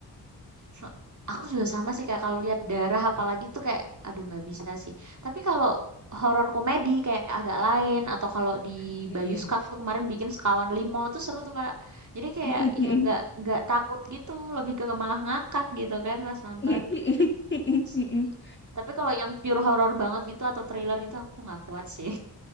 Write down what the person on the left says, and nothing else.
Mm-mm.
Mm-mm, mm-mm.
<laughs>